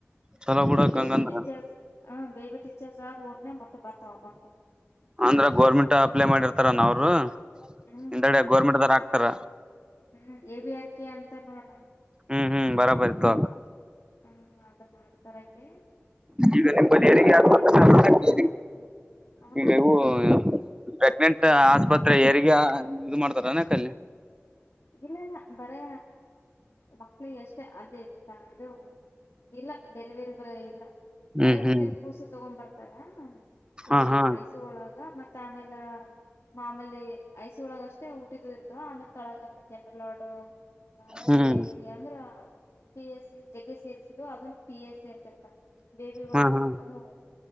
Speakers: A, on the right; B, on the left.
A: ಚಲೋ ಬಿಡಕ್
B: ಬೇಬಿ
A: ಹಂಗಂದ್ರ
B: ಡಿಸ್ಚಾರ್ಜ್ ಹಾಂ ಬೇಬಿ ಡಿಸ್ಚಾರ್ಜ್ ಆದ ಹೋದ ಮ್ಯಾಗ್ ಮತ್ತೆ ಬರ್ತಾವ ಅಮೌಂಟ
A: ಅಂದ್ರ ಗೋರ್ಮೆಂಟ್ ಅಪ್ಲೈ ಮಾಡಿರ್ತಾರ ನಾವ್ರು
B: ಹ್ಮ್
A: ಹಿಂದಗಡೆ ಗೋರ್ಮೆಂಟ್ದಾರ ಆಕ್ತಾರ
B: ಹ್ಞೂ ಎ ಬಿ ಆರ್ ಕೆ ಅಂತಾರ್ ನೋಡಣ
A: ಹ್ಮ್ ಹ್ಮ್ ಬರಾಬರಿ ತುಗೋ
B: ಹ್ಮ್ ಅದ ಮಾಡ್ತಾರಿಲ್ಲೇ
A: ಈಗ
B: ಮತ್ತ್
A: ನಿಮ್ ಬಲ್ಲಿ
B: ಬೇಬಿಗಳು
A: ಹೆರಿಗೆ ಆದ್ಮೇಲೆ
B: ಬಾಳ ಸೀರಿಯಸ್ ಇದ್ದಿದ್ವ ಇರ್ತಾವ್ ನೋಡು ಆ
A: ಈಗ ಇವು ಪ್ರೆಗ್ನೆಂಟ್ ಆಸ್ಪತ್ರೆ ಹೆರಿಗೆ ಇದು ಮಾಡ್ತಾರನಕ್ಕ ಅಲ್ಲೆ
B: ಇಲ್ಲ ಇಲ್ಲ ಬರೇ ಮಕ್ಳಿಗೆ ಅಷ್ಟೇ ಅಲ್ಲಿ ಇದು ಇಲ್ಲ ಡೆಲಿವರಿ ಬಾಯ್ ಇಲ್ಲ ಬರೇ
A: ಹ್ಮ್
B: ಹುಟ್ಟಿದ್
A: ಹ್ಮ್
B: ಕೂಸು ತಗೊಂಡ್ ಬರ್ತಾರ
A: ಹಾ
B: ಇಲ್ಲ
A: ಹಾ
B: ಆಯಸ ಒಳಗ ಮತ್ತ ತ್ತ ಆಮೇಲೆ ಮಾಮೂಲಿ ಐಸಿಯು ಒಳಗ ಅಷ್ಟೇ ಹುಟ್ಟಿದ್ದು ಇರ್ತವ ಆಮೇಲೆ ತೆಳಗ ಜನರಲ್ ವಾರ್ಡ್
A: ಹ್ಮ್
B: ಪಿ ಎಸ್ ಸಿ ಅಂದ್ರ ಪಿ ಎಸ್ ಸಿ ಜಗ್ಗೆ ಸೀರೀಯಸ್ ಇದ್ದು ಅದನ್ನು ಪಿ ಎಸ್ ಸಿ ಅಂತರ್ತಾವ್ ಬೇಬಿಗಳು
A: ಹಾ ಹಾ
B: ಅಂದ್ರ